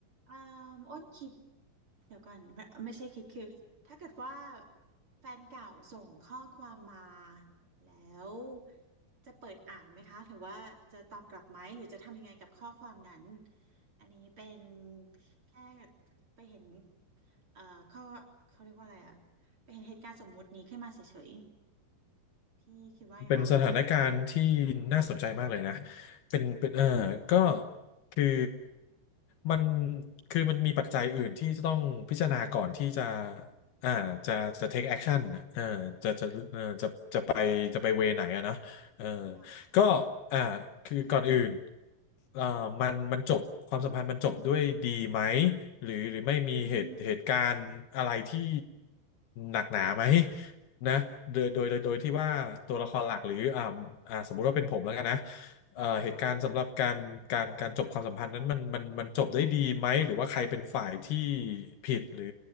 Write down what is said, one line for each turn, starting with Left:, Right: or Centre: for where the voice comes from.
Right: อ่าอ้นคิดเดี๋ยวก่อนไม่ไม่ใช่คิดคือถ้าเกิดว่าแฟนเก่าส่งข้อความมาแล้วจะเปิดอ่านไหมคะหรือว่าจะตอบกลับไหมหรือจะทำยังไงกับข้อความนั้นอันนี้เป็นแค่ไปเห็นเอ่อข้อเขาเรียกว่าอะไรอะไปเห็นเหตุการณ์สมมุตินี้ขึ้นมาเฉยๆพี่คิดว่าไงคะ
Left: เป็นสถานการณ์ที่น่าสนใจมากเลยนะเป็นเป็นเออก็คือมันคือมันมีปัจจัยอื่นที่จะต้องพิจารณาก่อนที่จะอ่าจะจะ take action นะเออจะจะเออจะจะไปจะไปเวไหนอะเนอะเออ
Right: ค่ะค่ะ
Left: ก็อ่าคือก่อนอื่นเอ่อมันมันจบความสัมพันธ์มันจบด้วยดีไหมหรือหรือไม่มีเหตุเหตุการณ์อะไรที่
Right: อืม
Left: หนักหนาไหม นะโดยโดยโดยโดยที่ว่าตัวละครหลักหรืออ่าอ่าสมมุติว่าเป็นผมแล้วกันนะ
Right: อืมค่ะค่ะสมมุติ
Left: เอ่อเหตุการณ์สำหรับการการการจบความสัมพันธ์นั้นมันมันมันจบได้ดีไหมหรือว่าใครเป็นฝ่ายที่ผิดหรือ